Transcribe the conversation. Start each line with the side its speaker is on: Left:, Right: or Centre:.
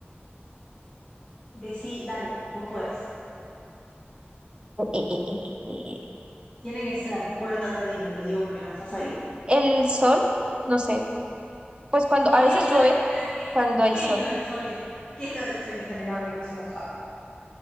Left: Decí, dale, vos podés.
Right: <laughs>
Left: Tiene que ser. Bueno, ta, te lo digo, te lo digo porque no lo estás ahí.
Right: El sol, no sé. Pues cuando
Left: Podría
Right: a veces
Left: ser,
Right: llueve,
Left: pero ¿qué
Right: cuando
Left: es?
Right: hay
Left: ¿Qué
Right: sol.
Left: es lo del sol que, qué es lo del sol que está en el agua y no se moja?